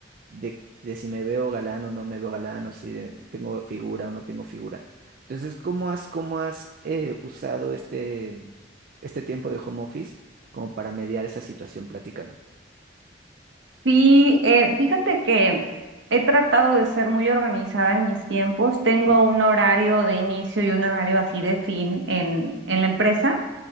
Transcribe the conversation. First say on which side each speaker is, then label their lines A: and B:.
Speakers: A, on the right; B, on the right.
A: de, de si me veo galán o no me veo galán, o si de- tengo figura o no tengo figura. Entonces, ¿cómo has, cómo has eh, usado este, este tiempo de home office como para mediar esa situación? Platícame.
B: Sí, eh, fíjate que he tratado de ser muy organizada en mis tiempos. Tengo un horario de inicio y un horario así de fin en, en la empresa.